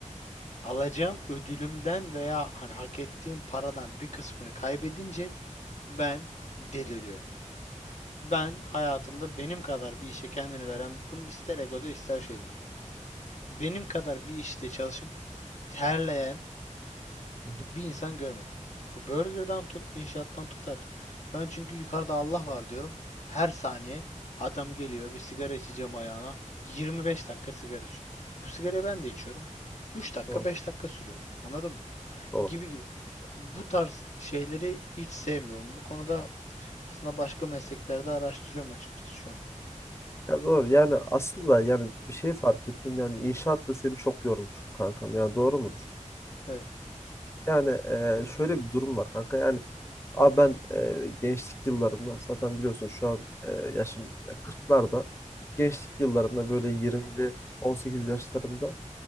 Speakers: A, on the left (about 60°); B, on the left (about 20°).
A: alacağım ödülümden veya hani hak ettiğim paradan bir kısmını kaybedince ben deliriyorum. Ben hayatımda benim kadar bir işe kendini veren, bunu ister egoda ister şeyde. Benim kadar bir işte çalışıp terleyen
B: Hı hı.
A: bir insan görmedim. Bu burgerdan tut, inşaattan tutar. Ben çünkü yukarıda Allah var diyorum. Her saniye adam geliyor bir sigara içeceğim ayağına. 25 dakika sigara içiyor. Bu sigarayı ben de içiyorum. 3 dakika
B: Doğru,
A: 5 dakika sürüyor. Anladın mı?
B: doğru.
A: gibi gibi. Bu tarz şeyleri hiç sevmiyorum. Bu konuda aslında başka mesleklerde araştırıyorum açıkçası şu an.
B: Ya doğru yani aslında yani bir şey fark ettim yani inşaat da seni çok yormuş kankam. Yani doğru mudur?
A: Evet.
B: Yani e, şöyle bir durum var kanka. Yani abi ben e, gençlik yıllarımda zaten biliyorsun şu an e, yaşım 40'larda. Gençlik yıllarımda böyle 20'li 18 yaşlarımda